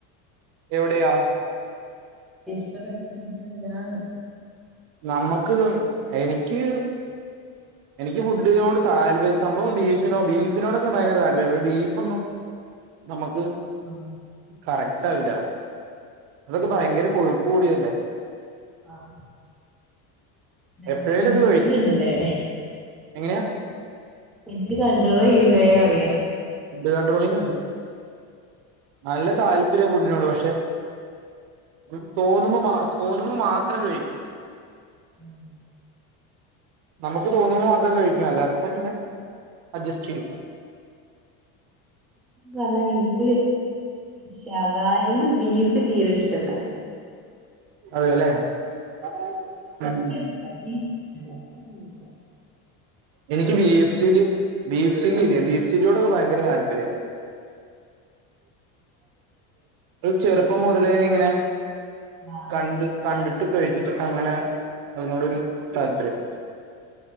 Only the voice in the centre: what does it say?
ഇഷ്ടപ്പെട്ട ഫുഡ് എന്താന്ന്
ആഹ്
ആഹ്
ആഹ് നെഗറ്റീവ്
ഹീല്ണ്ട്ല്ലേ
ഫുഡ്‌ കണ്ട്രോള് ചെയ്യുവല്ലേ പറയ്യാ
ഉം
വന്നാ എനിക്ക് ശവായയും ബീഫ് തീരെ ഇഷ്ടല്ല
എനിക്ക്
ഇഷ്ട ബീഫ് ഇഷ്ട്ടല്ല <unintelligible>
ആഹ്